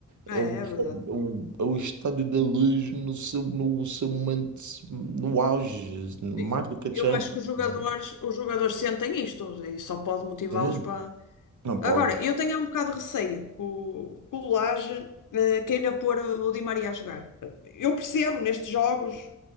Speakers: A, on the left (about 80°); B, on the right (about 70°).
A: Ah,
B: é o,
A: É, é verdade.
B: é o, é o estádio da luz no seu, no seu momento, no auge, mais
A: Sim.
B: do que a
A: Eu
B: Champions,
A: acho que os jogadores,
B: né?
A: os jogadores sentem isto e só pode motivá-los
B: Entende?
A: para
B: Não pode.
A: Agora, eu tenho um bocado de receio que o, que o Laje eh, queira pôr o Di Maria a jogar. Eu percebo nestes jogos,